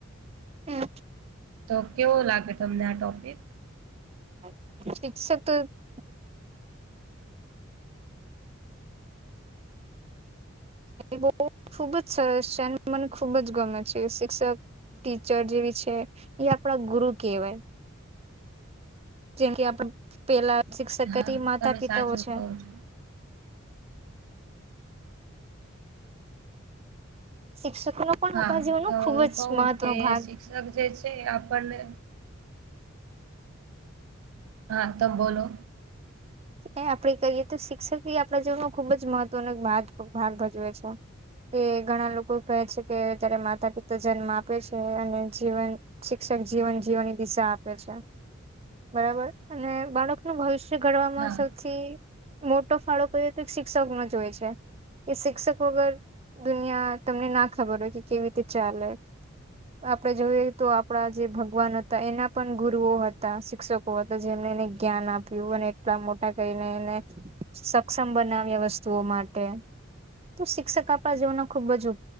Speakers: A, on the right; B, on the right.
A: હમ
B: તો કેવો લાગે તમને આ ટોપિક
A: શિક્ષક બ ખુબ જ સરસ છેને મને ખુબ જ ગમે છે એ શિક્ષક ટીચર જેવી છે એ આપણા ગુરુ કહેવાય જેમ કે આપડા પેલા શિક્ષકથી
B: હા
A: માતા
B: તમે
A: પિતાઓ
B: સાચું
A: છે
B: કહો છો
A: શિક્ષકો નો પણ
B: હા
A: આપણા જીવનનો
B: તો
A: ખુબ
B: હું
A: જ
B: કહું
A: મહત્વનો
B: કે
A: ભાગ
B: શિક્ષક જે છે આપને હા તો બોલો
A: એ આપે કહીએ તો શિક્ષક એ આપણા જીવનમાં ખૂબ જ મહત્વનો ભાગ ભજવે છે એ ઘણા લોકો કહે છે કે, જ્યારે માતા પિતા જન્મ આપે છે અને જીવન શિક્ષક જીવન જીવવાની દિશા આપે છે બરાબર અને બાળકનું ભવિષ્ય ઘડવામાં
B: હા
A: સૌથી મોટો ફાળો કહિએ તો એક શિક્ષક નો જો હોય છે કે શિક્ષક વગર દુનિયા તમને ના ખબર હોય કે કેવી રીતે ચાલે આપણે જોઈએ તો આપણા જે ભગવાન હતા એના પણ ગુરુઓ હતા. શિક્ષકો તો જેમને એને જ્ઞાન આપ્યું અને એટલા મોતા કઈને એને સક્ષમ બનાવ્યા વસ્તુઓ માટે તો શિક્ષક આપણા જીવનના ખુબ જ